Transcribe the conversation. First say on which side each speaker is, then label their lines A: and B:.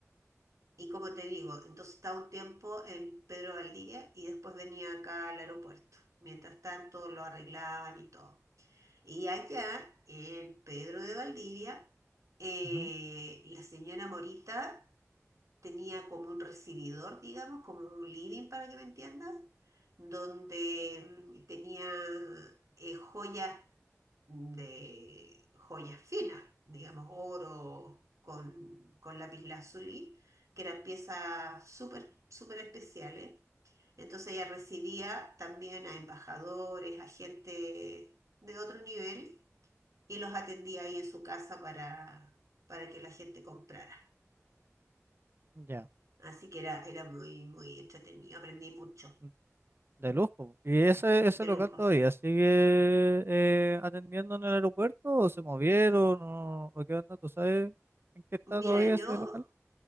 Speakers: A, on the right; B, on the right.
A: Y como te digo, entonces estaba un tiempo en Pedro Valdivia y después venía acá al aeropuerto. Mientras tanto, lo arreglaban y todo. Y allá, en Pedro de Valdivia, eh,
B: Ujú,
A: la señora Morita tenía como un recibidor, digamos, como un living, para que me entiendas, donde mm, tenía eh, joyas de joyas finas, digamos, oro con, con lapislázuli, que eran piezas súper, súper especiales. Entonces ella recibía también a embajadores, a gente de otro nivel y los atendía ahí en su casa para, para que la gente comprara.
B: Ya,
A: Así que era, era muy, muy entretenido, aprendí mucho
B: mm, de lujo. ¿Y ese, ese
A: de
B: local
A: lujo,
B: todavía
A: sí.
B: sigue eh, atendiendo en el aeropuerto o se movieron o, o qué onda? ¿Tú sabes en qué está
A: Mira,
B: todavía
A: yo
B: ese local?